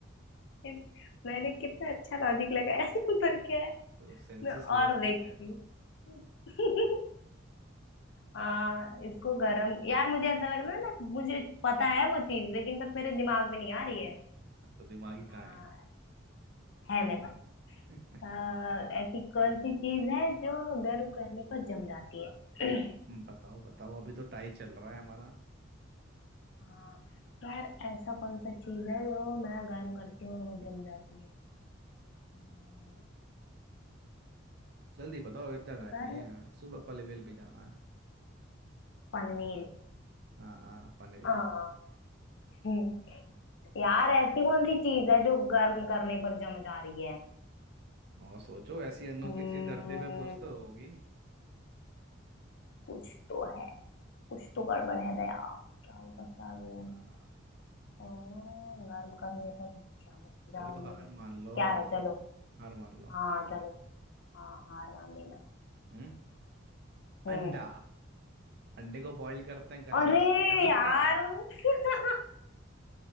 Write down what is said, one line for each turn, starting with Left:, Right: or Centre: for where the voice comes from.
Left: इस- मैंने कितना अच्छा लॉजिक लगाया <laughs> पर क्या है
Right: तो सेंसेस
Left: मैं
Right: लेफ्ट
Left: और देखती
Right: इज है
Left: हूँ <laughs> हाँ इसको गरम यार मुझे ऐसा लग रहा है ना मुझे पता है वो चीज लेकिन बस मेरे दिमाग में नहीं आ रही है
Right: तो दिमागी
Left: हाँ,
Right: कहाँ है
Left: है मेरे
Right: <laughs>
Left: पास अ, ऐसी कौन सी चीज है जो गर्म करने पर जम जाती है <clears throat>
Right: बताओ बताओ अभी तो टाई चल रहा है हमारा।
Left: हाँ, यार ऐसा कौन सा चीज है जो मैं गर्म करती हूँ और वो जम जाती है हम्म,
Right: जल्दी बताओ इतना टाइम
Left: गर्म
Right: नहीं है सुबह पनवेल भी जाना है
Left: पनवेल
Right: हाँ हाँ पनवेल
Left: हाँ <laughs> हम्म, यार ऐसी कौन सी चीज है जो गर्म करने पर जम जा रही है
Right: और सोचो ऐसी अनोखी
Left: हम्म,
Right: चीज धरती पे कुछ तो होगी
Left: कुछ तो है कुछ तो गड़बड़ है दया क्या हो सकता है वो
Right: हाँ
Left: ओ, गर्म करने पर जमच
Right: चलो
Left: जा रही
Right: हार
Left: है
Right: मान लो
Left: क्या है चलो
Right: हार मान लो
Left: हाँ चलो हाँ हार मान लेना
Right: हम्म
Left: हम्म
Right: अंडा अंडे को बॉईल करते हैं कर
Left: अरे
Right: जम नहीं
Left: यार
Right: जाता
Left: <laughs>